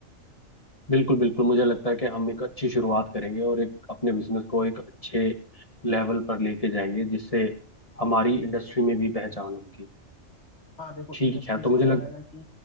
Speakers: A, on the left; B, on the left.
A: बिल्कुल बिल्कुल मुझे लगता है कि हम एक अच्छी शुरुआत करेंगे और एक अपने बिजनेस को एक अच्छे लेवल पर लेके जाएंगे जिससे हमारी इंडस्ट्री में भी पहचान होगी
B: हाँ देखो
A: ठीक
B: इंडस्ट्री
A: है तो
B: से
A: मुझे
B: याद
A: लग
B: आया कि